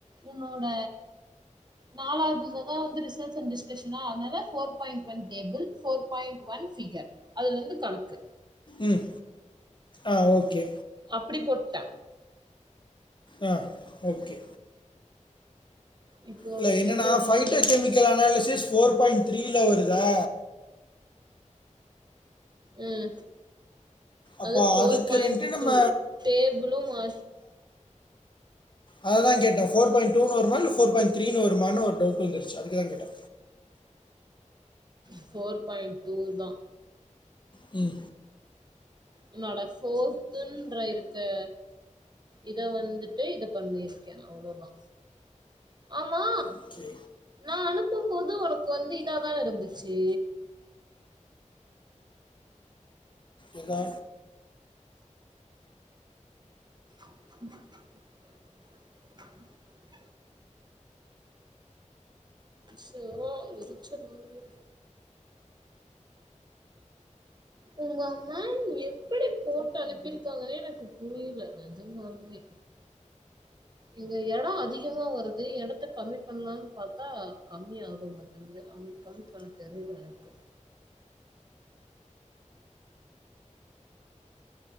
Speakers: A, on the right; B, on the left.
A: உன்னோட நாலாவது இததா வந்து ரிசர்ச் அண்ட் டிஸ் கஷனா அதனால four point one table four point one figure அதுல இருந்து கணக்கு
B: ம் ஆ ஓகே
A: அப்டி போட்டா
B: ஆ ஓகே
A: இப்போ
B: இல்ல
A: ஃபிகர்
B: என்னன்னா ஃபைட்டர்
A: வந்து
B: கெமிக்கல் analysis four point த்ரீல வருதா
A: ம்
B: அப்போ
A: அது ஃபோர்
B: அதுக்கு
A: பாயிண்ட்
B: ரெண்டு நம்ம
A: டூ டேபிளு மா
B: அததா கேட்டே ஃபோர் பாயிண்ட் டூ னு வருமா இல்ல ஃபோர் பாயிண்ட் த்ரீனு வருமான் ஒரு டவுட் வந்துருச்சு அதுக்கு தா கேட்டே
A: ஃபோர் பாயிண்ட் டூ தா
B: ம்
A: உன்னோட ஃபோர்த்துன்ற இருக்கு இத வந்துட்டு இத பண்ணிருக்கே அவ்ளோ தா ஆமா
B: ஓகே
A: நா அனுப்பும்போது ஒனக்கு வந்து இதா தான இருந்துச்சி
B: எதா
A: <inaudible> ச்சோ எருச்சல் ஆவுது உங்க மேம் எப்டி போட்டு அனுப்பியிருக்காங்கன்னே எனக்கு புரில நெஜமாலுமே இங்க எடோ அதிகமா வருது எடத்த கம்மி பண்லான் பாத்தா கம்மி ஆகவு மா வந்து அவ் கம்மிப்பண்ண தெரில எனக்கு